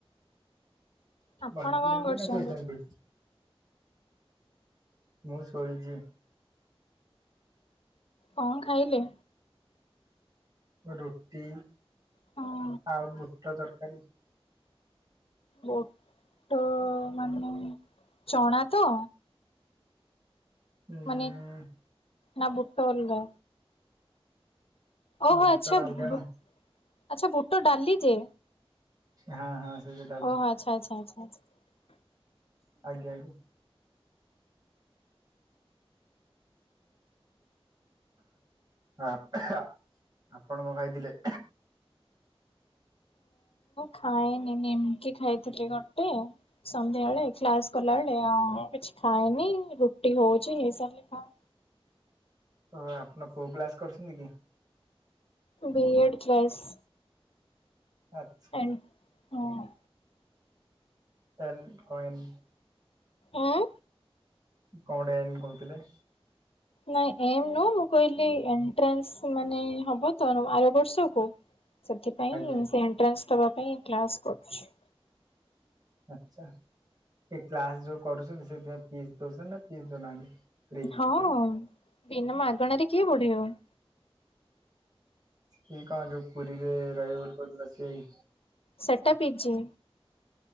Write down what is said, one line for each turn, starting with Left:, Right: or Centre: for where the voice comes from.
Left: ଆପଣ
Right: ବସିଛନ୍ତି
Left: କଣ କରୁଛନ୍ତି
Right: ନାଁ ଶୋଇଛନ୍ତି। ମୁଁ ଶୋଇଚି।
Left: କଣ ଖାଇଲେ?
Right: ରୁଟି
Left: ହଁ
Right: ଆଉ ବୁଟ ତରକାରୀ।
Left: ବୋଟ ମାନେ ଚଣା ତ?
Right: ହୁଁ
Left: ମାନେ ନା ବୁଟ ଅଲଗା? ଓହୋ
Right: ବୁଟ
Left: ଆଚ୍ଛା
Right: ଡାଲମା
Left: ବୁ
Right: ନା
Left: ଆଛା ବୁଟ ଡାଲି ଯେ
Right: ହାଁ ହାଁ ସେଇ ଯୋ
Left: ଓହୋ ଆଚ୍ଛା ଆଚ୍ଛା ଆଛା ଆଚ୍ଛା।
Right: ଆଜ୍ଞା ଆଜ୍ଞା। ଆ ଆ ଆପଣ ମ ଭାଇ ଥିଲେ।
Left: ଖାଇନି, ନିମକି ଖାଇଥିଲି ଗୋଟେ ସନ୍ଧ୍ୟା ବେଳେ କ୍ଲାସ କଲା ବେଳେ ଆ ଉ କିଛି ଖାଏନି ରୁଟି ହଉଛି ହେଇସାରିଲେ ଖା
Right: ଓହୋ ଆପଣ କୋଉ କ୍ଲାସ କରୁଛନ୍ତି କି?
Left: ବି ଏ ଡ୍ କ୍ଲାସ।
Right: ଆଚ୍ଛା।
Left: <unintelligible> ହଁ
Right: ଟନ୍ କଏନ୍।
Left: ଆଁ।
Right: କଣଗୋଟେ ଏନ କହୁଥିଲେ?
Left: ନାଇଁ ଏମ ନୁହଁ ମୁଁ କହିଲି ଏଣ୍ଟ୍ରାନ୍ସ ମାନେ ହବ ତ ଆର ବର୍ଷକୁ ସେଥିପାଇଁ
Right: ଆଜ୍ଞା
Left: ସେ ଏଣ୍ଟ୍ରାନ୍ସ ଦବା ପାଇଁ କ୍ଲାସ କରୁଛି।
Right: ଆଛା। ଏ କ୍ଲାସ ଯୋଉ କରୁଛନ୍ତି ସେଥିପାଇଁ ଫିସ୍ ଦଉଛନ୍ତି ନା ଫିସ୍ ଦଉନାହାନ୍ତି? ଫ୍ରି?
Left: ହଁ ବିନା ମାଗଣାରେ କିଏ ପଢେଇବ?
Right: କି କାମ ଯୋଉ ପୁରୀରେ ରହିବ ବୋଲି କହୁଥିଲା ସେଇ?
Left: ସେଟା ପି ଜି।